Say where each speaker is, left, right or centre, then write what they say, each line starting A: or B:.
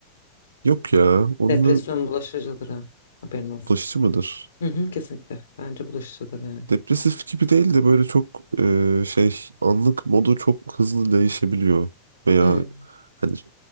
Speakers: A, on the right; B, on the left.
A: yok ya. Onunla
B: Depresyon bulaşıcıdır ha. Haberin olsun.
A: bulaşıcı mıdır?
B: Hı hı, kesinlikle. Bence bulaşıcıdır yani.
A: Depresif gibi değil de böyle çok e, şey anlık modu çok hızlı değişebiliyor. Veya
B: Hı hı.
A: hani